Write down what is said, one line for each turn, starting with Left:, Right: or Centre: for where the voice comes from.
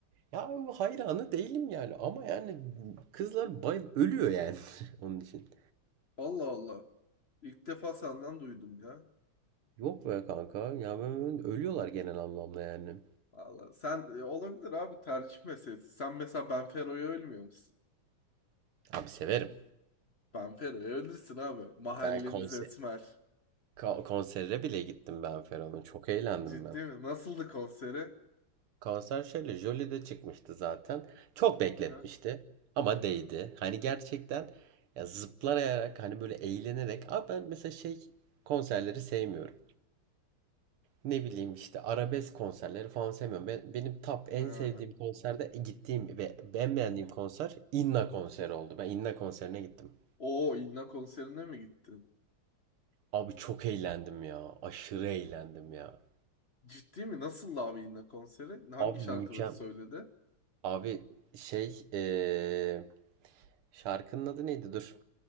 Right: Ya hayranı değilim yani ama yani kızlar bayıl ölüyor yani <laughs> onun için.
Left: Allah Allah. İlk defa senden duydum ya.
Right: Yok be kanka ya ben ölüyorlar genel anlamda yani.
Left: Vallahi sen e, olabilir abi tercih meselesi. Sen mesela Benfero'ya ölmüyor musun?
Right: Abi severim.
Left: Benfero'ya ölürsün abi. Mahallemiz
Right: Ben konser
Left: Esmer.
Right: ka- konsere bile gittim ben Feron'un. Çok eğlendim
Left: Ciddi
Right: ben.
Left: mi? Nasıldı konseri?
Right: Konser şöyle Jolie'de çıkmıştı zaten. Çok bekletmişti
Left: Aha.
Right: ama değdi. Hani gerçekten ya zıplayarak hani böyle eğlenerek. Abi ben mesela şey konserleri sevmiyorum. Ne bileyim işte arabesk konserleri falan sevmiyorum. Ben, benim top en
Left: Ha.
Right: sevdiğim konserde e, gittiğim ve en beğendiğim konser Inna konseri oldu. Ben Inna konserine gittim.
Left: Oo İlna konserine mi gittin?
Right: Abi çok eğlendim ya. Aşırı eğlendim ya.
Left: Ciddi mi? Nasıldı abi İlna konseri? Hangi
Right: Abi
Left: şarkıları
Right: mükemmel.
Left: söyledi?
Right: Abi şey eee şarkının adı neydi? Dur.